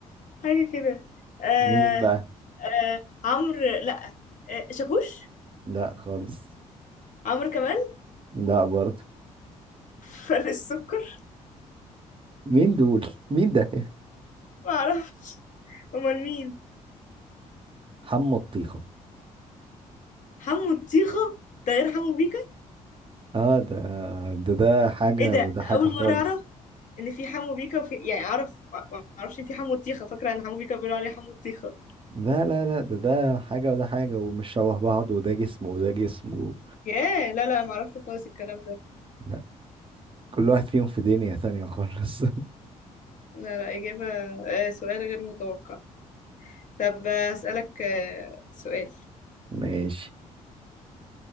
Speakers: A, on the left; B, on the right.
A: حاجة كده آه
B: مين بقى
A: آه عمرو لا آه شاكوش
B: لا خالص
A: عمرو كمال
B: لا برضه
A: <laughs> فرق السكر
B: مين دول مين ده
A: ما اعرفش امال مين
B: حمو الطيخة
A: حمو الطيخة ده غير حمو بيكا
B: اه ده ده ده حاجة
A: ايه ده
B: وده
A: ده
B: حاجة
A: اول
B: خالص
A: مرة اعرف ان في حمو بيكا وفي يعني اعرف ما ما اعرفش إن في حمو الطيخة فاكرة ان حمو بيكا بيقولوا عليه حمو الطيخة
B: لا لا لا ده ده حاجة وده حاجة ومش شبه بعض وده جسم وده جسم و...
A: ياه لا لا ما اعرفش خالص الكلام ده
B: لا كل واحد فيهم في دنيا تانية خالص
A: لا لا اجابة آه سؤال غير متوقع طب آه، اسألك آه سؤال
B: <laughs> ماشي